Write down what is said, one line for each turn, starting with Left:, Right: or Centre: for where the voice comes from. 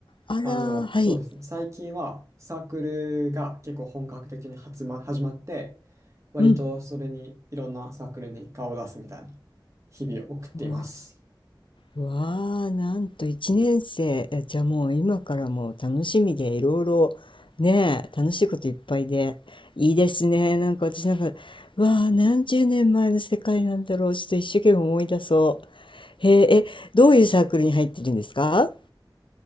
Left: あらー、
Right: あの、
Left: はい。
Right: そうですね、最近はサークルが結構本格的に始ま、始まって、割とそれにいろんなサークルに顔を出すみたいな
Left: うん。
Right: 日々を送っています。
Left: わ、わあ、なんと1年生。えじゃあもう今からもう楽しみでいろいろ、ねえ、楽しいこといっぱいで。いいですね。なんか私なんか、わあ、何十年前の世界なんだろう。ちょっと一生懸命思い出そう。へえ、え、どういうサークルに入ってるんですか